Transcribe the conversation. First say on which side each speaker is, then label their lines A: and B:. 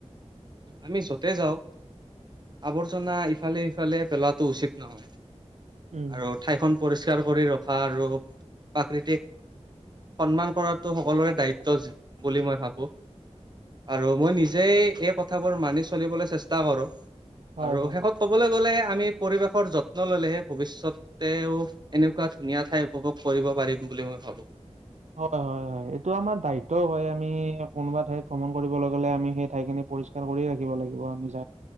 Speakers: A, on the right (about 40°); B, on the right (about 80°).
A: আমি য'তে যাওঁ। আৱৰ্জনা ইফালে সিফালে পেলোৱাটো উচিত নহয়
B: উম,
A: আৰু ঠাইখন। পৰিষ্কাৰ কৰি ৰখা আৰু প্ৰাকৃতিক সন্মান। কৰাটো সকলোৰে দায়িত্ব বুলি মই ভাবো। আৰু মই নিজেই এই কথাবোৰ মানি চলিবলৈ চেষ্টা কৰোঁ।
B: হয়,
A: আৰু
B: হয়।
A: শেষত ক'বলৈ গ'লে আমি পৰিৱেশৰ যত। যত্ন ললেহে ভৱিষ্যতেও এনেকুৱা ধুনীয়া ঠাই উপভোগ কৰিব পাৰিম বুলি মই ভাবো।
B: হয় হয় হয় এইটো আমাৰ দায়িত্বও হয় আমি কোনোবা ঠাইত ভ্ৰমণ কৰিব লগলে আমি সেই ঠাইখিনি। পৰিষ্কাৰ কৰিয়ে ৰাখিব লাগিব আমি য